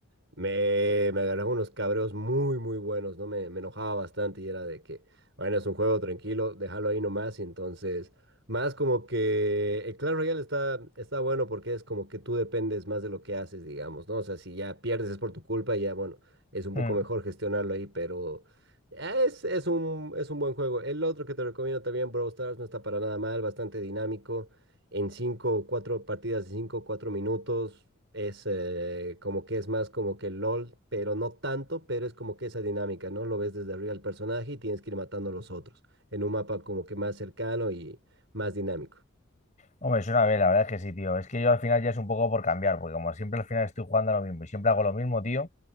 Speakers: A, on the right; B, on the left.
A: Me, me agarraba unos cabreos muy, muy buenos, ¿no? Me, me enojaba bastante y era de que, bueno, es un juego tranquilo, déjalo ahí nomás. Y entonces, más como que el Clash Royale está, está bueno porque es como que tú dependes más de lo que haces, digamos, ¿no? O sea, si ya pierdes es por tu culpa y ya, bueno, es un
B: Mm.
A: poco mejor gestionarlo ahí, pero es, es un, es un buen juego. El otro que te recomiendo también, Brawl Stars, no está para nada mal, bastante dinámico en cinco, cuatro partidas de cinco, cuatro minutos. Es eh, como que es más como que LOL, pero no tanto, pero es como que esa dinámica, ¿no? Lo ves desde arriba el personaje y tienes que ir matando a los otros en un mapa como que más cercano y más dinámico.
B: Hombre, es una vez, la verdad es que sí, tío. Es que yo al final ya es un poco por cambiar, porque como siempre al final estoy jugando a lo mismo y siempre hago lo mismo, tío,